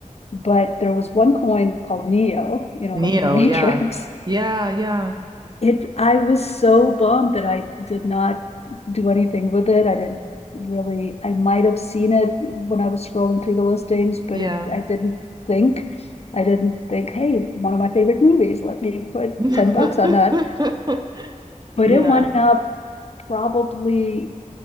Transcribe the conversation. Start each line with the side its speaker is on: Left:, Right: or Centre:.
Left: But there was one coin called Neo, you know,
Right: Neo,
Left: like in the <laughs> Matrix,
Right: yeah. Yeah, yeah,
Left: it, I was so bummed that I did not do anything with it. I didn't really, I might have seen it when I was scrolling through the listings, but
Right: yeah.
Left: it, I didn't think. I didn't think, hey, one of my favorite movies, let me put
Right: <laughs>
Left: 10 bucks on that. But
Right: Yeah.
Left: it went up probably